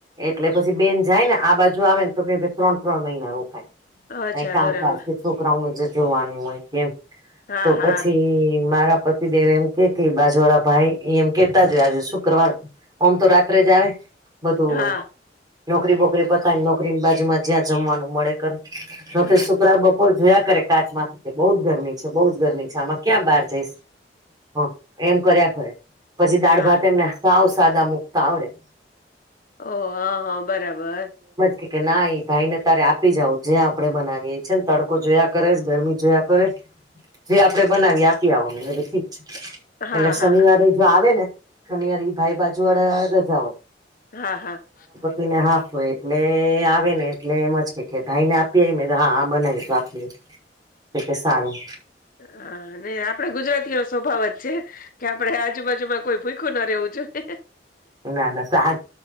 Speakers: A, on the right; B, on the left.
A: એટલે પછી બેન જાય ને આ બાજુ આવેન તો બે-બે ત્રણ-ત્રણ મહિના રોકાય.
B: અચ્છા
A: કાંઈ કામકાજ
B: બરાબર
A: કે છોકરાઓને જે જોવાનું હોય એમ
B: હા
A: તો
B: હા
A: પછી મારા પતિદેવ એમ કયે કે ઈ બાજુવાળા ભાઈ ઈ એમ કહેતા જ હોય આજે શુક્રવાર ઓમ તો રાત્રે જ આવે. બધું
B: હા
A: નોકરી બોકરી પતાયને, નોકરીની બાજુમાં જ્યાં જમવાનું મળે એ કરે. <unintelligible>
B: હા
A: શુક્રા બપોર જોયા કરે કાચમાંથી કે બહું જ ગરમી છે, બહુ જ ગરમી છે, આમાં ક્યાં બહાર જઈશ? હા એમ કર્યા કરે. પછી દાળ-ભાત
B: હા
A: એમને સાવ સાદા મુકતા આવડે.
B: ઓહ! હા, હા બરાબર.
A: કહે કે ના ઈ ભાઈ ને તારે આપી જાવું, જે આપડે બનાવીએ. ઈ છે ને તડકો જોયા કરે સ, ગરમી જોયા કરે સ જે આપડે બનાવીએ ઈ આપી આવવાનું. મે કીધું ઠીક છે.
B: હા
A: એટલે શનિવારેઈ
B: હા
A: જો આવે ને શનિવાર ઈ ભાઈ બાજુ વાળા રજા હોય.
B: હા, હા.
A: ઈ ને હાફ હોય, એટલે આવે ને એટલે એમજ ક્યે કે ભાઈ ને આપી આવી, મેં કીધું હા બનાવીશ તો આપી આવીશ. એ કહે સારું.
B: હા. ને આપડે ગુજરાતીઓસ સ્વભાવ છે કે આપડે આજુ-બાજુમાં કોઈ ભૂયખું ન રહેવું જોઈએ.
A: ના ના સા